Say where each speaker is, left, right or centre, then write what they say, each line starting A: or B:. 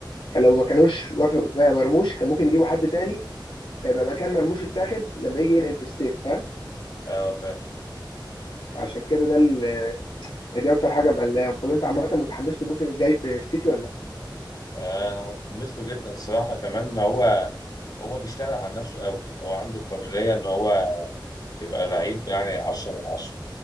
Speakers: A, on the left; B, on the left.
A: فلو ما كانوش وافق ما مرموش كان ممكن يجيبوا حد تاني فيبقى مكان مرموش اتاخد لما يجي ينقل في الصيف فاهم
B: اه ف
A: عشان كده ده ال- يعني دي اكتر حاجه مقلقاهم طب انت عامه متحمس له الموسم الجاي في السيتي ولا لا
B: آه، انا متحمس له جدا الصراحه كمان هو هو بيشتغل على نفسه قوي هو عنده القابليه ان هو يبقى لعيب يعني 10 من 10